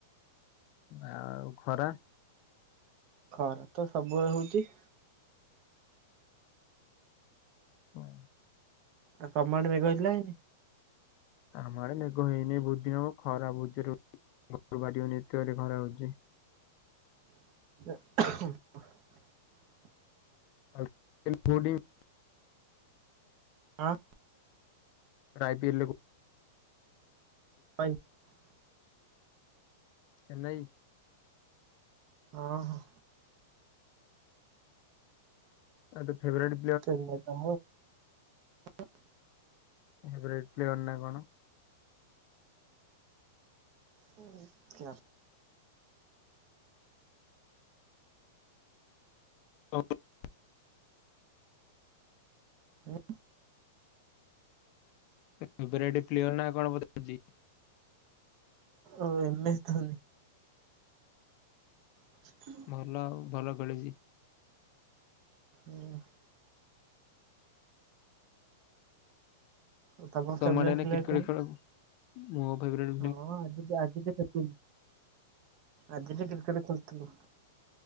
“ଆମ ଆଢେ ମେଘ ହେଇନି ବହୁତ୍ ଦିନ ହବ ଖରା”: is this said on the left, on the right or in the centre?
Left